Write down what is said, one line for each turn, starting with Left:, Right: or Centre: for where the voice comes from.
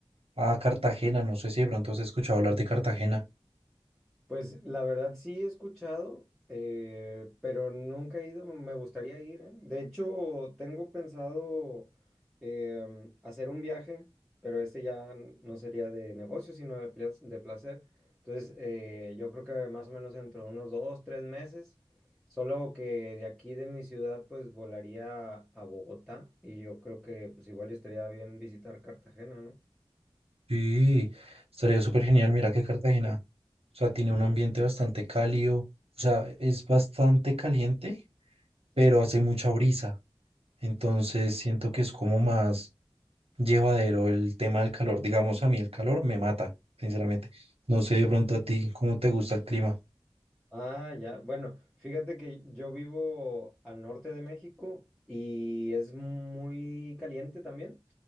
Right: a Cartagena, no sé si de pronto has escuchado hablar de Cartagena.
Centre: Pues la verdad sí he escuchado, eh, pero nunca he ido, me gustaría ir, ¿eh? De hecho, tengo pensado em, hacer un viaje, pero este ya n- no sería de negocio, sino de, plas- de placer. Entonces, eh, yo creo que más o menos dentro de unos dos, tres meses, solo que de aquí de mi ciudad, pues volaría a Bogotá y yo creo que pues igual estaría bien visitar Cartagena, ¿no?
Right: Sí, estaría súper genial, mira que Cartagena. O sea, tiene un ambiente bastante cálido. O sea, es bastante caliente, pero hace mucha brisa. Entonces siento que es como más llevadero el tema del calor. Digamos, a mí el calor me mata, sinceramente. No sé de pronto a ti cómo te gusta el clima.
Centre: Ah, ya. Bueno, fíjate que yo vivo al norte de México y es muy caliente también.